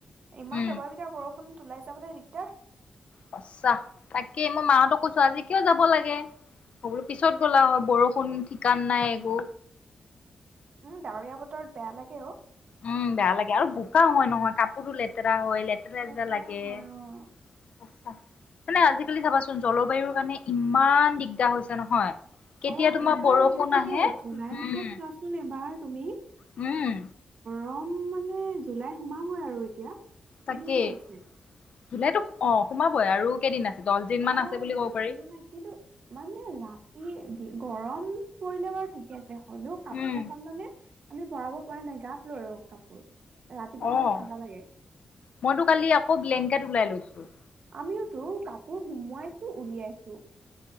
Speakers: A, on the right (about 55°); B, on the left (about 55°).
A: ইমান
B: উম
A: দবাবিটা বৰ ষুণ ওলায় যাবলৈ দিগদাৰ
B: সঁচা, তাকেই মই মাহঁতক কৈছোঁ, আজি কিয় যাব লাগে মই বোলোঁ পিছত গ'লা হয় বৰষুণ ঠিকান নাই একো
A: উম, ডাৱৰীয়া বতৰত বেয়া লাগে অ'
B: উম, বেয়া লাগে আৰু বোকা হয় নহয়, কাপোৰো লেতেৰা হয়। লেতেৰা লেতেৰা
A: লেটেৰা
B: লাগে
A: হয় অ'।
B: সঁচা, মানে আজিকালি চাবাচোন জলবায়ুৰ কাৰণে ইমান দিগদাৰ হৈছে নহয়। কেতিয়া
A: অ'
B: তোমাৰ
A: এবাৰ
B: বৰষুণ
A: সঁচাকে
B: আহে
A: জুলাই
B: উম
A: মাহত চোৱাচোন এবাৰ তুমি
B: উম।
A: গৰম মানে জুলাই সোমাবই আৰু এতিয়া।
B: তাকেই
A: কেইদিননো আছে?
B: জুলাইতো অ' সোমাবই আৰু কেইদিন আছে? দহ দিন মান
A: অহ'
B: আছে বুলি
A: দহচদিনো
B: ক'ব পাৰি
A: নাই, কিন্তু মানে ৰাতি গৰম পৰিলে বাৰু ঠিকে আছে। হ'লেও কাপোৰ
B: উম
A: খন মানে আমি ভৰাব পৰা নাই, গাত লৈ আৰু কাপোৰ। ৰাতিপুৱা সময়ত
B: অ'
A: ঠাণ্ডা লাগে
B: মইতো কালি আকৌ ব্লেংকেট ওলাই লৈছো। উ।
A: আমিওতো কাপোৰ সুমোৱাইছো-উলিয়াইছো।